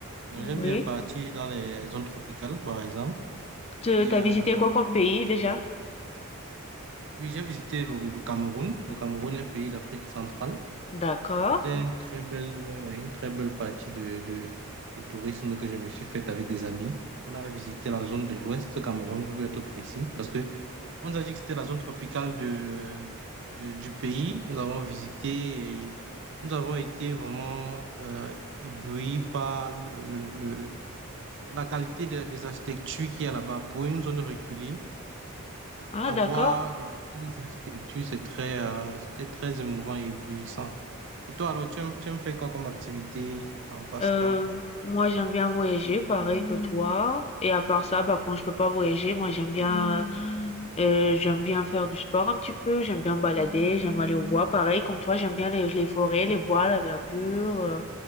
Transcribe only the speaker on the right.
Donc j'aime
bien partir dans les zones tropicales, par exemple.
Et
euh,
oui, j'ai visité le, le Cameroun. Le Cameroun est un pays d'Afrique centrale.
C'était une très belle, ouais, ouais, une très belle partie de, de, de tourisme que je me suis faite avec des amis. On a visité la zone de l'Ouest Cameroun, pour être précis, parce que On nous a dit que c'était la zone tropicale de, de- du pays. Nous avons visité et nous avons été vraiment euh, éblouis par le, le- le- la qualité de- des architectures qu'il y a là-bas. Pour une zone reculée,
avoir
de telles architectures, c'est très, euh, c'était très émouvant et éblouissant. Et toi, alors, tu aimes, tu aimes faire quoi comme activité en passe-temps?